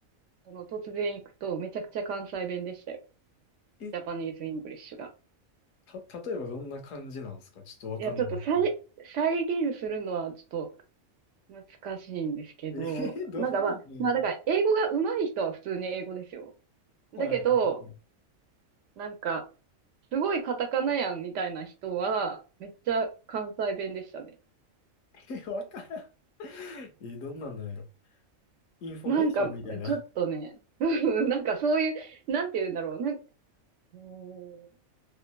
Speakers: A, on the right; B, on the left.
A: あの、突然行くと、めちゃくちゃ関西弁でしたよ。
B: え、
A: ジャパニーズ・イングリッシュが。
B: た、例えばどんな感じなんですかちょっとわかんないですけど。
A: いや、ちょっと再、再現するのはちょっと難しいんですけど、
B: えー、<laughs> どんなのやる
A: なんかまあ、まあだから、英語が上手い人は普通に英語ですよ。だけど、
B: はいはいはい。
A: なんか、すごいカタカナやんみたいな人は、めっちゃ関西弁でしたね。
B: え、わからん。<laughs> え、どんなんなんやろ。インフォメーションみたいな。
A: なんか、ちょっとね、<laughs> うんなんかそういう、なんて言うんだろう。なんうーん、